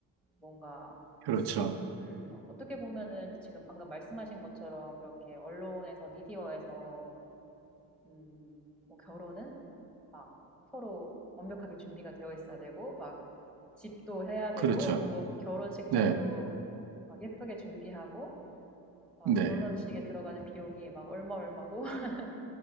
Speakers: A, in the centre; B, on the right.
A: 뭔가,
B: 그렇죠,
A: 음, 어떻게 보면은 지금 방금 말씀하신 것처럼 그렇게 언론에서, 미디어에서, 음, 뭐, 결혼은 막 서로 완벽하게 준비가 되어 있어야 되고, 막 집도 해야 되고,
B: 그렇죠.
A: 뭐, 결혼식장도
B: 네,
A: 막 예쁘게 준비하고, 막
B: 네.
A: 결혼식에 들어가는 비용이 막 얼마 얼마고, <laughs>